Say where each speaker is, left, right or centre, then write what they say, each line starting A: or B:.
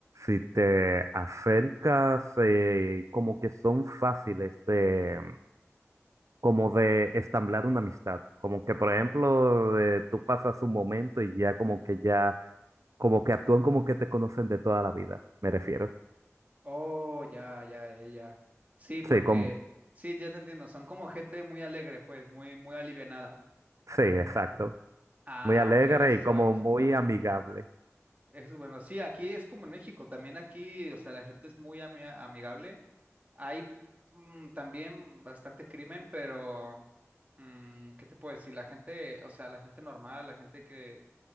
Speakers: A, on the right; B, on the right.
A: si te acercas, eh, como que son fáciles de, como de estamblar una amistad. Como que, por ejemplo, eh, tú pasas un momento y ya como que ya, como que actúan como que te conocen de toda la vida, me refiero.
B: Oh, ya, ya, ya. ya. Sí, porque,
A: Sí, como...
B: sí, ya te entiendo, son como gente muy alegre, pues, muy, muy alivianada.
A: Sí, exacto.
B: Ah,
A: Muy alegre
B: ok, eso
A: y
B: es
A: como
B: bueno, eso
A: muy
B: es bueno.
A: amigable.
B: Es bueno, sí, aquí es como en México, también aquí, o sea, la gente es muy ami- amigable. Hay mm, también bastante crimen, pero mm, ¿qué te puedo decir? La gente, o sea, la gente normal, la gente que